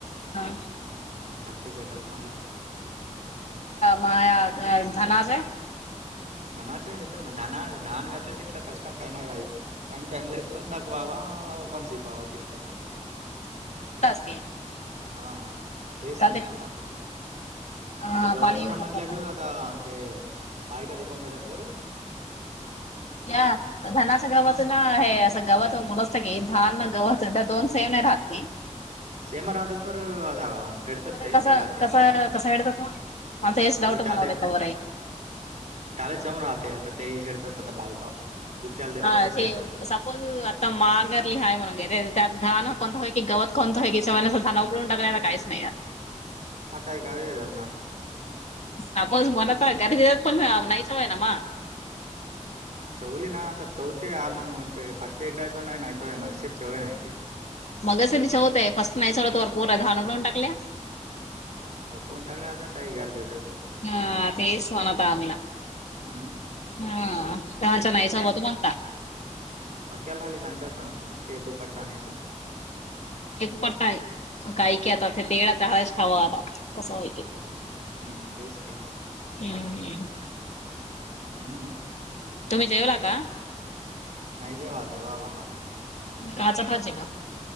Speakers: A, on the left (about 60°); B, on the right (about 65°).
A: हा.
B: <unintelligible> येतात मल.
A: माया अ झानाजय.
B: धनाचे येतना. धना -धान घातलं तितलं कष्ट काही नाही राही. टाइम -टाइमला पण वावा कोण सी पावा तिकलास.
A: कुठं, असते?
B: हा. तेच
A: चालते
B: नाहीेन आता.
A: हा
B: आता गवथ्यांना
A: पाणी येऊन
B: म्हणल्या
A: जात
B: ग आता ते, बाईका देखंग घेतात बरं.
A: या. धनाच्या गवत.
B: हा
A: ना हे असं गवत मुण असत की. धान ना गवत दोन सेम नाही राहती.
B: सेमा राहतात, पर आता फेडतात
A: म
B: ते
A: कस,
B: हेडाचे
A: कस कसा हडत तू. माता हेच
B: आता
A: डाऊट
B: त्याले
A: म्हणवते का वरही.
B: त्याला चेवन राहते. आता तेही हेडतात आता बायका. गुत्त्याला दिले
A: हा
B: तहीच
A: ते
B: हेडतात.
A: आता मांगरली हय म्हनग. त्यात धान कोणता हाय की, गवत कोणत की. हे स धान <unintelligible> टागला काहीच नाही.
B: आता हे गावी येतात ना.
A: <unintelligible> पण नाहीच आहे नामा.
B: चवली ना आता. चवथ आहे आलमोस्ट. फस्ट एकडा तों ना चय मगशीर चवय नाय.
A: मग स तिच्या होतं. फस्ट नाही सलवत वर पूरन उडवून टाकल्या.
B: उपळून ताकल्या आता तही गरज यचात.
A: ह तेस वानता आमीना.
B: अं.
A: हा चानस नाहीस बदु मनता.
B: पक्याला खाली सांगताता. एक उपर तानिसा.
A: एक पडताय. काही की आता. ते तेे डा त्या ठाव आता. कसं होई.
B: हम्, ह्. तेच की.
A: हम्.
B: अ, अं.
A: तुम्ही जेवला का?
B: नाही जेवा, जेवाव आता.
A: काचा भाजे का?